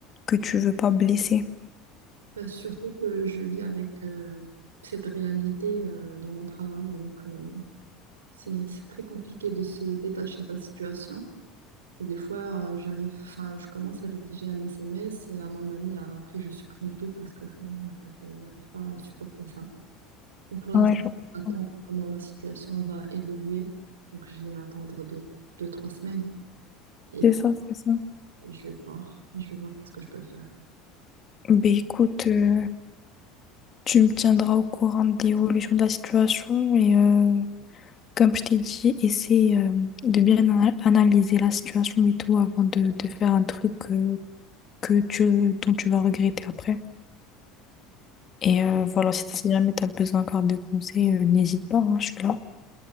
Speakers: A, on the left (about 40°); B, on the right (about 85°).
A: que tu veux pas blesser.
B: Bah, surtout que je vis avec euh, cette réalité euh, dans mon travail. Donc euh, c'est c'est très compliqué de se détacher de la situation. Et des fois, euh, j'arrive, enfin, je commence à rédiger un SMS à mon ami. Après, je supprime tout parce que euh, voilà, je n'arrive pas à supporter ça. Mais pour l'instant,
A: Ouais, je comprends.
B: on attend comment la situation va évoluer. Donc, je vais attendre deux, deux, trois semaines et
A: C'est ça, c'est ça.
B: puis je vais voir. Je vais voir qu'est-ce que je peux faire.
A: Ben écoute, euh, tu me tiendras au courant de l'évolution de la situation et euh, comme je t'ai dit, essaie euh, de bien ana- analyser la situation et tout avant de, de faire un truc euh, que tu, dont tu vas regretter après. Et euh, voilà, si si jamais tu as besoin encore de conseils, euh, n'hésite pas, hein, je suis là.